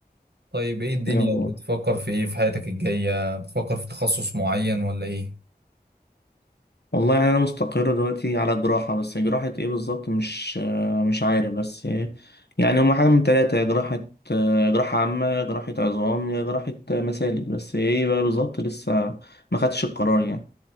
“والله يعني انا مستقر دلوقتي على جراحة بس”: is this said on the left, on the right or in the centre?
Left